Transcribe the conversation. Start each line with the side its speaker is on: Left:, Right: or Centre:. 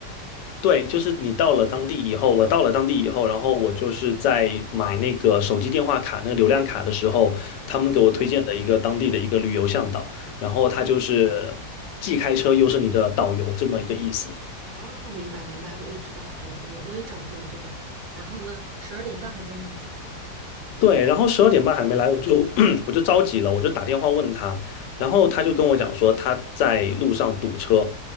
Left: 对，就是你到了当地以后，我到了当地以后，然后我就是在买那个手机电话卡、那个流量卡的时候，他们给我推荐的一个当地的一个旅游向导，
Right: 嗯，
Left: 然后他就是既开车又是你的导游这么一个意思。
Right: 哦，明白明白，我也知道，我我我也找过这种。然后呢，十二点半还没来。
Left: 对，然后十二点半还没来，我就 <clears throat> 我就着急了，我就打电话问他，然后他就跟我讲说他在路上堵车，